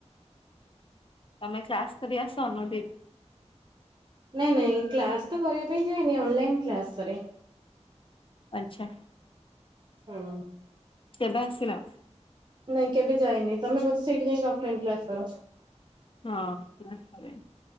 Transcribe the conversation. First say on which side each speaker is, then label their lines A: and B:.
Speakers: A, on the left (about 50°); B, on the right (about 40°).
A: ତମେ କ୍ଲାସ କରି ଆସ ଅନୁଦିପ। <inaudible>
B: ନାଇଁ ନାଇଁ କ୍ଲାସ ତ କରିବା ପାଇଁ ଯାଏନି ଅନଲାଇନ କ୍ଲାସ କରେ।
A: ଆଚ୍ଛା।
B: ହଁ।
A: କେବେ ଆସିଲ?
B: ନାଇଁ କେବେ ଯାଇନି ତମେ ବୋଧେ ସେଇଠି ଯାଇକି ଅଫଲାଇନ କ୍ଲାସ କର।
A: ହଁ କ୍ଲାସ୍ କରେ।